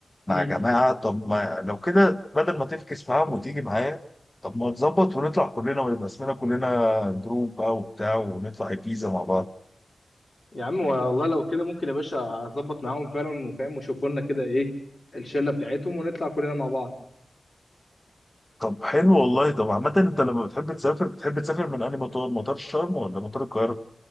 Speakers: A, on the left (about 20°); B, on the left (about 45°).
A: مع
B: مم.
A: جماعة طب ما لو كده بدل ما تفكس معاهم وتيجي معايا طب ما نظبط ونطلع كلنا ويبقى اسمنا كلنا جروب بقى وبتاع ونطلع الجيزة مع بعض
B: يا عم والله لو كده ممكن يا باشا اظبط معاهم فعلا وفاهم وشوفوا لنا كده ايه الشله بتاعتهم ونطلع كلنا مع بعض
A: طب حلو والله طب عامة انت لما بتحب تسافر بتحب تسافر من انهي مطار مطار شرم ولا مطار القاهرة؟